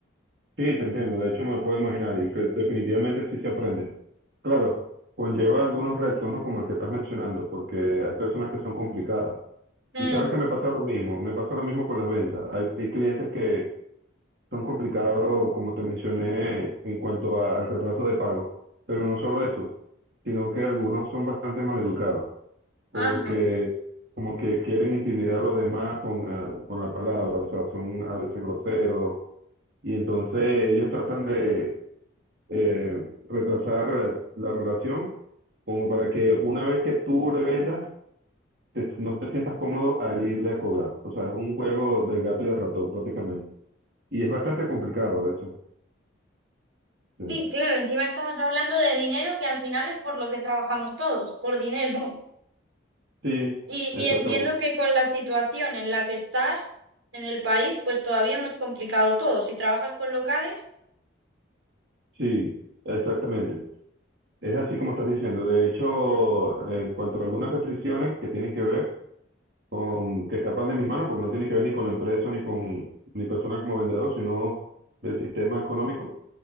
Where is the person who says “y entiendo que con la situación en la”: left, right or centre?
Right